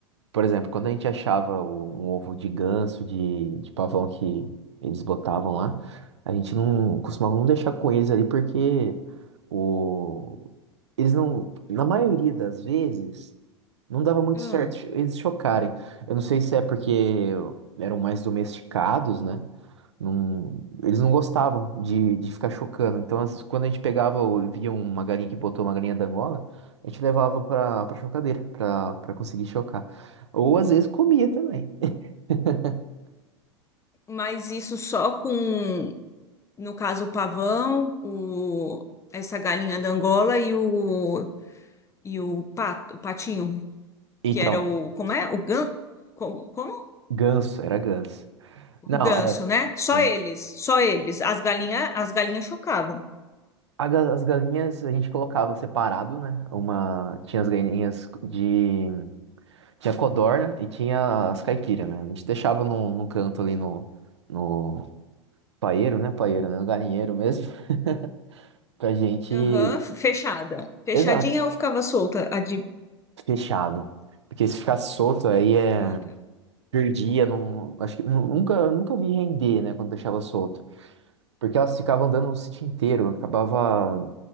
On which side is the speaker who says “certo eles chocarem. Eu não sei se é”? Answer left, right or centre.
Right